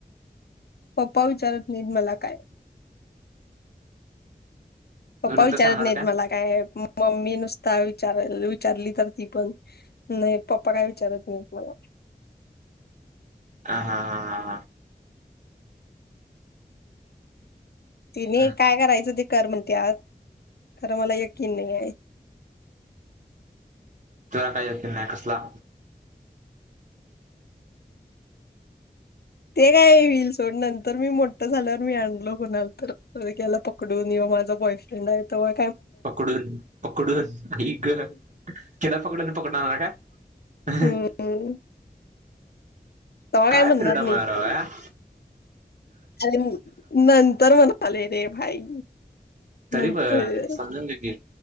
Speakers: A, on the left; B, on the right.
A: पप्पा विचारत नाईत मला काय. पप्पा
B: तू नंतर
A: विचारत
B: सांगणार
A: नाहीत मला काय मम्मी नुस काय विचारली तर ती पण नाही पप्पा काय विचारत नाहीत मला.
B: हा हा हा हा हा
A: तिनी
B: हम्म
A: काय करायचं ते कर म्हणत्यात खरं मला यकीन नाही आहे.
B: तुला काय यकीन नाय कसला?
A: ते काय होईल सोड नंतर मी मोठ मोठ झाल्यावर मी आणलो, कुणाला तर पोरग्याला पकडून यो माझा बॉयफ्रेंड आहे तो वर.
B: पकडून पकडून ई गं, किडा पकडून पकडणार काय.
A: हम्म तेव्हा
B: काय
A: म्हणणार
B: फ्रीडम
A: नाहीत
B: आहे राव
A: कोण
B: यार.
A: <unintelligible> नंतर म्हणाले रे भाई.
B: तरी
A: नंतर
B: पण समजून घे की,